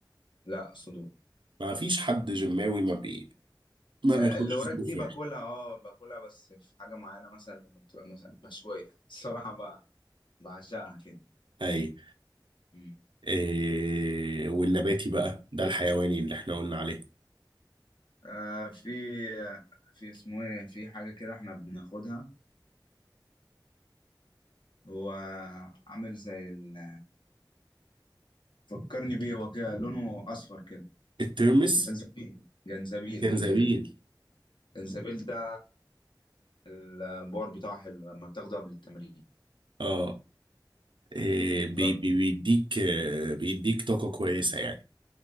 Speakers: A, on the left; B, on the right.
A: لا صدور
B: ما فيش حد جماوي ما بي... ما
A: آه،
B: بياخدش
A: اللي وراك
B: صدور
A: دي
B: فراخ
A: باكلها اه باكلها بس في حاجة معينة مثلا لما بتبقى مثلا مشوية <laughs> الصراحة ب- بعشقها كده
B: اي
A: مم.
B: إيه... والنباتي بقى ده الحيواني اللي احنا قلنا عليه
A: آه في في اسمه ايه في حاجة كده احنا بناخدها هو عامل زي ال... فكرني بيه هو كده لونه اصفر كده
B: الترمس
A: جنزبيل جنزبيل
B: جنزبيل
A: جنزبيل جنزبيل ده البار بتاعه حلو لما بتاخده قبل التمرين
B: اه إيه... بي...
A: جر-
B: بي... بيديك آه، بيديك طاقة كويسة يعني